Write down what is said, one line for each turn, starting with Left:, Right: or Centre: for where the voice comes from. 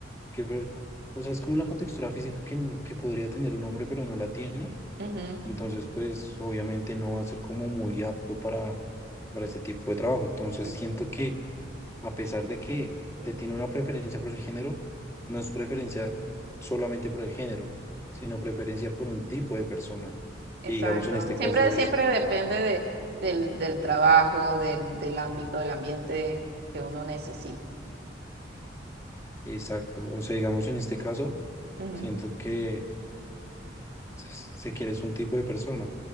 Left: que ver- o sea, es como la contextura física que, n- que podría tener un hombre, pero no la tiene.
Right: Ujú,
Left: Entonces, pues obviamente no va a ser como muy apto para, para ese tipo de trabajo. Entonces,
Right: ex-
Left: siento que a pesar de que te tiene una preferencia por el género, no es preferencia solamente por el género, sino preferencia por un tipo de persona,
Right: Exacto.
Left: que digamos en este
Right: Siempre,
Left: caso es
Right: siempre depende de, del, del trabajo, del, del ámbito, del ambiente que uno necesita.
Left: exacto. O sea, digamos en este caso,
Right: Ujú,
Left: siento que... Se quiere es un tipo de persona,